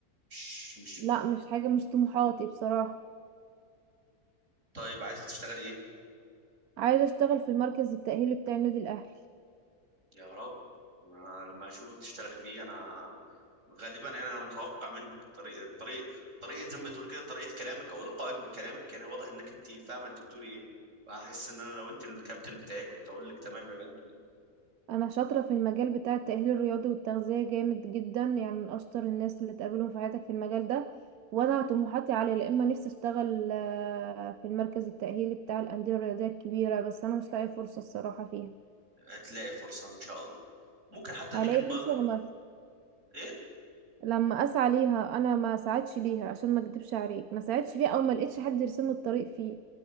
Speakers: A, on the right; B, on the right.
A: مش مش
B: لا مش حاجة مش طموحاتي بصراحة
A: طيب عايزة تشتغلي ايه
B: عايزة اشتغل في المركز التأهيلي بتاع النادي الاهلي
A: يا رب أنا لما أشوفك تشتغلي فيه أنا غالبا يعني أنا متوقع منك طريقة طريقة طريقة زي ما بتقول كده طريقة كلامك أو إلقائك بكلامك يعني واضح إنك أنت فاهمة أنت بتقولي ايه فهحس إن أنا لو أنت الكابتن بتاعي كنت أقول لك تمام يا فندم
B: انا شاطره في المجال بتاع التاهيل الرياضي والتغذيه جامد جدا يعني من اشطر الناس اللي تقابلهم في حياتك في المجال ده وانا طموحاتي عاليه يا اما نفسي اشتغل آه، في المركز التاهيلي بتاع الانديه الرياضيه الكبيره بس انا مش لاقيه فرصه الصراحه فيها
A: هتلاقي فرصة إن شاء الله ممكن حتى
B: هلاقي
A: نيجي نب...
B: فرصه لما
A: ايه
B: لما اسعى ليها انا ما ساعدش ليها عشان ما اكدبش عليك ما ساعدش فيها او ما لقيتش حد يرسم لي الطريق فيه